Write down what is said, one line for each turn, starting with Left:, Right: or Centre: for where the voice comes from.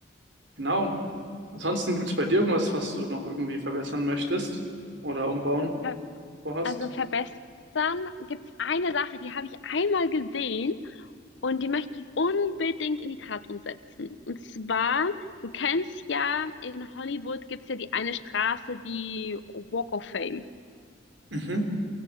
Right: Genau. Ansonsten gibt es bei dir irgendwas, was du noch irgendwie verbessern möchtest oder umbauen
Left: ver
Right: vorhast?
Left: also verbessern gibt's eine Sache, die habe ich einmal gesehen und die möchte ich unbedingt in die Tat umsetzen. Und zwar, du kennst ja, in Hollywood gibt's ja die eine Straße, die Walk of Fame.
Right: Mhm.